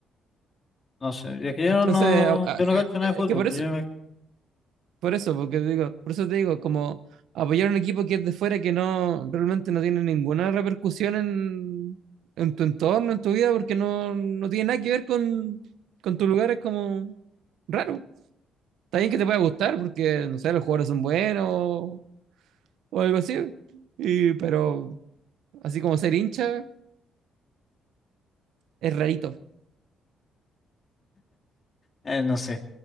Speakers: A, on the left; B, on the right.
A: No sé, es que yo
B: Entonces,
A: no,
B: a- a-
A: yo no cacho nada
B: es
A: de fútbol,
B: que por
A: pues
B: eso,
A: yo me-
B: Por eso, porque te digo, por eso te digo, como apoyar a un equipo que es de fuera que no realmente no tiene ninguna repercusión en, en tu entorno, en tu vida, porque no, no tiene nada que ver con, con tu lugar, es como raro. Está bien que te pueda gustar, porque no sé, los jugadores son buenos o, o algo así. Y, pero así como ser hincha, es rarito.
A: eh, no sé.